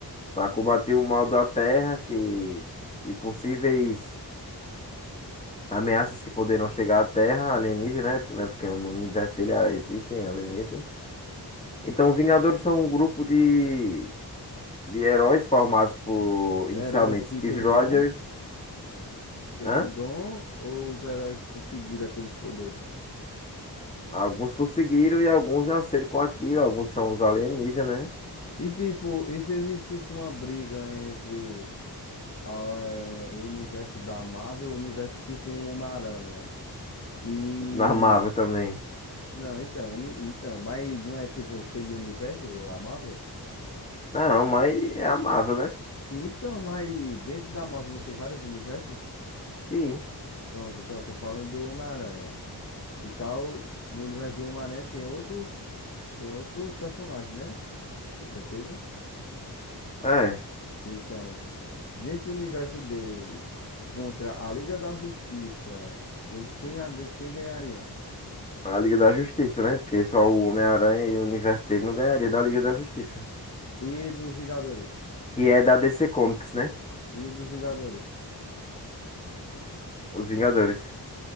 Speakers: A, on the left; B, on the left.
A: para combater o mal da Terra que, e possíveis. Ameaças que poderão chegar à Terra, alienígena, né? né, Porque no universo dele ah, existem alienígenas. Então, Vingadores são um grupo de, de heróis formados por,
B: Heróis
A: inicialmente,
B: que
A: Steve
B: têm
A: Rogers.
B: dom, têm
A: Hã?
B: o dom ou os heróis conseguiram aqueles poderes?
A: Alguns conseguiram e alguns nasceram com aquilo. Alguns são os alienígenas, né?
B: E tipo, e se existisse uma briga entre a, eh, o universo da Marvel, o universo que tem o Homem-Aranha? E.
A: Na Marvel também.
B: Não, então, uni- então, mas não é tipo cheio de universo a Marvel?
A: Não, mas é a Marvel, né?
B: Então, mas dentro da Marvel não tem vários universos?
A: Sim.
B: Pronto, então, eu tô falando do Homem-Aranha. E tal, do universo do Homem-Aranha tem outros. Tem outros personagens, né? Com certeza.
A: É.
B: Então, nesse universo deles, contra a Liga da Justiça, vo- quem, a- quem ganharia?
A: A Liga da Justiça, né? Porque só o Homem-Aranha e o universo dele não ganharia da Liga da Justiça.
B: E dos Vingadores?
A: Que é da DC Comics, né?
B: E dos Vingadores?
A: Os Vingadores.